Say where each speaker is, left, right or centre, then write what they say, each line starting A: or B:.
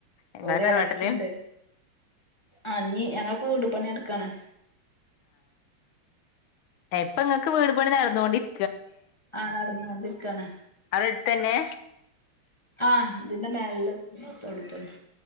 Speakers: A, on the left (about 75°); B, on the left (about 20°).
A: ഇങ്ങളെ
B: ഒരളച്ചിണ്ട്
A: തറവാട്ടില്
B: ആഹ് ഞ്ഞി ഞങ്ങൾ ഇപ്പൊ വീട് പണി നടക്കാണ്
A: ഏഹ് ഇപ്പൊ ഇങ്ങൾക്ക് വീട് പണി നടന്നുകൊണ്ടിരി
B: ആഹ് നടന്നോണ്ടിരി ക്കാണ്
A: അവിടെ അടുത്ത് തന്നെ
B: ആഹ് ഇതിന്റെ മേലെത്തെ തൊടൂല് തന്നെ